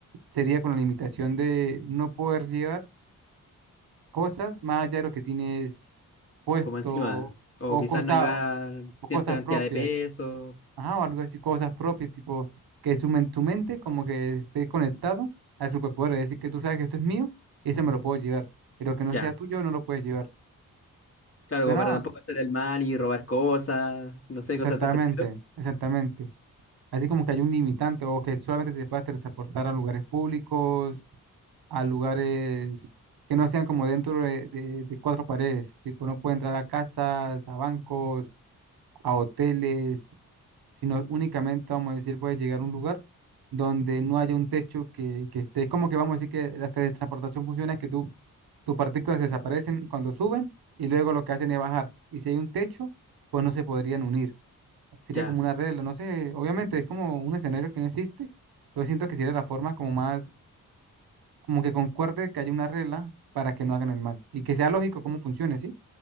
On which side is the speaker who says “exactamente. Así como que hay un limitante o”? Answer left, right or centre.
Right